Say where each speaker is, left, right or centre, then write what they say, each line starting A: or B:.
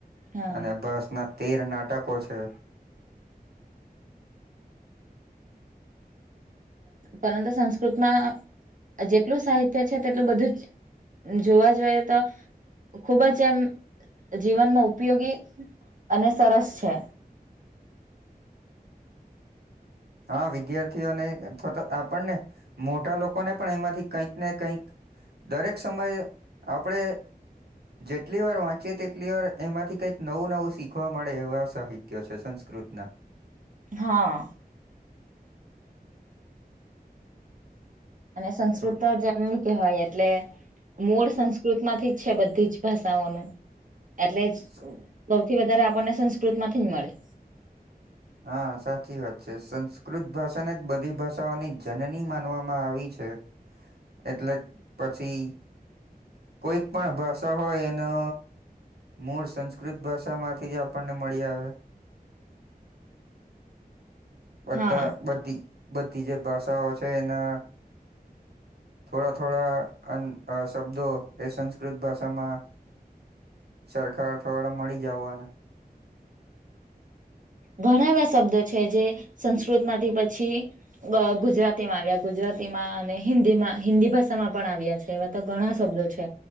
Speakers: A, on the right; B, on the right.
A: હા
B: અને ભાસ ના તેર નાટકો છે.
A: પરંતુ સંસ્કૃતમાં જેટલું સાહિત્ય છે તેટલું બધું જ. જોવા જોઈએ તો. ખુબ જ એમ જીવનમાં ઉપયોગી અને સરસ છે.
B: હા વિદ્યાર્થીઓને અથવા તો આપણને મોટા લોકોને પણ એમાંથી કંઈક ને કંઈક. દરેક સમયે આપણેે. જેટલી વાર વાંચી તેટલી વાર એમાંથી કંઈક નવું નવું શીખવા મળે એવા સાહિ. ત્ય છે સંસ્કૃત ના.
A: હા. અને સંસ્કૃત
B: હવે
A: જ. ન કહેવાય એટલે મૂળ સંસ્કૃત માંથી જ છે બધી જ ભાષાઓનું. એટલે જ સૌથી
B: સ
A: વધારે આપણને સંસ્કૃત માંથી જ મળે.
B: હા સાચી વાત છે સંસ્કૃત ભાષાને જ બધી ભાષાઓની જનની માનવામાં આવી છે. એટલે પછી કોઈક પણ ભાષા હોય એનો. મૂળ સંસ્કૃત ભાષા માંથી જ આપણને મળી આવે. બધા
A: હા.
B: બધી બધી જે ભાષાઓ છે એના. થોડા થોડા શબ્દો એ સંસ્કૃત ભાષામાં. સરકાર દ્વારા મળી જાવને.
A: ઘણા એવા શબ્દો છે જે સંસ્કૃત માંથી પછી. ગુજરાતી માં આવ્યા ગુજરાતીમાં અને હિન્દીમાં હિન્દી ભાષામાં પણ આવ્યા છે. ઘણા શબ્દો છે